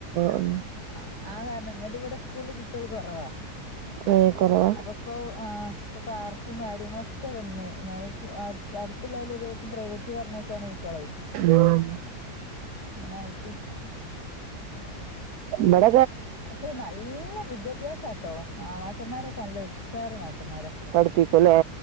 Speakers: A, on the right; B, on the left.
A: ഉം
B: ആ ആ കാരണം ഇങ്ങട്ട് ഇവിടെ സ്കൂളില് കുട്ടികൾ കുറവാ
A: ഏഹ് കൊറവാ
B: അപ്പപ്പോ ആ പാർക്കും കാര്യങ്ങളൊക്കെ വന്ന് എന്നാല് അടുത്തുള്ളവറിലേക്കും പ്രൈവറ്റ് പറഞ്ഞയക്കാണ് കുട്ടികളെ
A: ഉം
B: അങ്ങനെ ആയിട്ട്
A: ബട
B: പക്ഷെ നല്ല വിദ്യാഭ്യാസാട്ടോ ആ മാശന്മാരൊക്കെ നല്ല ഉഷാറാ മാസ മാര
A: പഠിപ്പിക്കുംല്ലേ